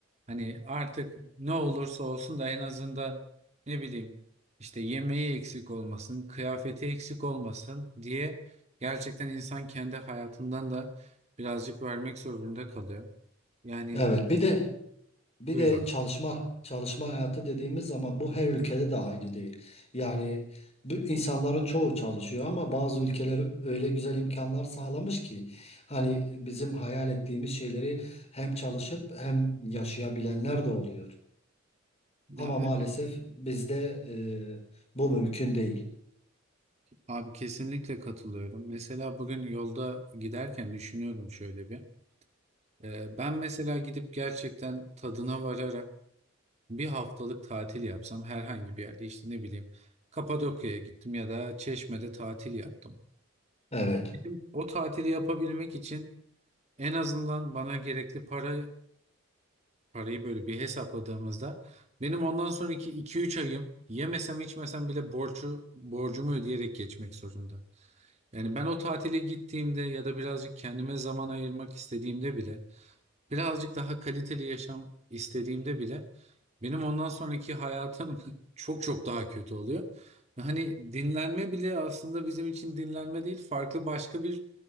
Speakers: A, on the right (about 35°); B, on the left (about 30°).
A: hani artık ne olursa olsun da en azından ne bileyim işte yemeği eksik olmasın, kıyafeti eksik olmasın diye gerçekten insan kendi hayatından da birazcık vermek zorunda kalıyor. Yani
B: Evet bir de Bir
A: buyur
B: de
A: abi.
B: çalışma çalışma hayatı dediğimiz zaman bu her ülkede de aynı değil. Yani bu insanların çoğu çalışıyor ama bazı ülkeler öyle güzel imkanlar sağlamış ki hani bizim hayal ettiğimiz şeyleri hem çalışıp hem yaşayabilenler de oluyor.
A: Ya,
B: Ama maalesef
A: e-
B: bizde e, bu mümkün değil.
A: abi kesinlikle katılıyorum. Mesela bugün yolda giderken düşünüyordum şöyle bir. Ee, ben mesela gidip gerçekten tadına vararak bir haftalık tatil yapsam herhangi bir yerde işte ne bileyim Kapadokya'ya gittim ya da Çeşme'de tatil yaptım.
B: Evet.
A: Benim O tatili yapabilmek için en azından bana gerekli para parayı böyle bir hesapladığımızda benim ondan sonraki iki üç ayım yemesem içmesem bile borcu borcumu ödeyerek geçmek zorunda. Yani ben o tatile gittiğimde ya da birazcık kendime zaman ayırmak istediğimde bile birazcık daha kaliteli yaşam istediğimde bile benim ondan sonraki hayatım <laughs> çok çok daha kötü oluyor. Ve Hani dinlenme bile aslında bizim için dinlenme değil, farklı başka bir